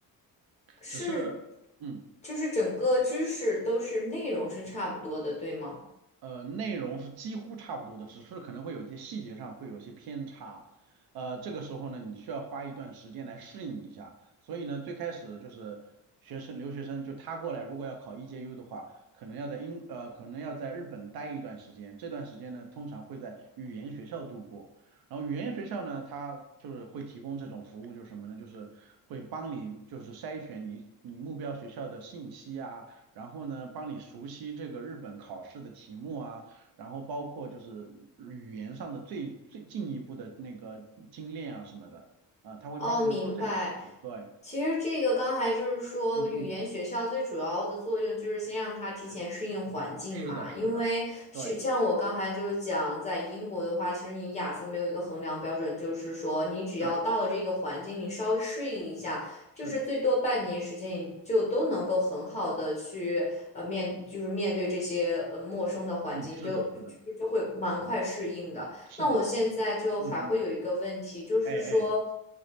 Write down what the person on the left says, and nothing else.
是，
就是整个知识都是内容是差不多的，对吗？
哦，明白。
其实这个刚才就是说，
语言学校最主要的作用就是先让他提前适应环境嘛。
因为是像我刚才就讲，
在英国的话，其实你雅思没有一个衡量标准，就是说你只要到了这个环境，
你稍微适应一下，
就是最多半年时间，你就都能够很好的去呃面，就是面对这些呃陌生的环境，
你就就就会蛮快适应的。
那我现在就还会有一个问题，
就是说。